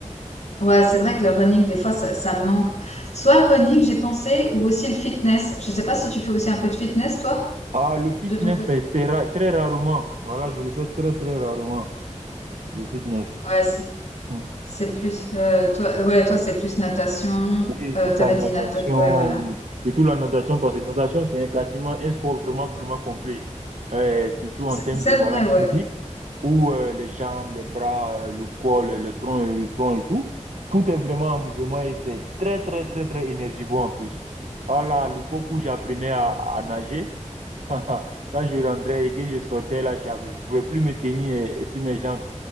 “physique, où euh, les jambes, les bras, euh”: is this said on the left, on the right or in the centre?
Right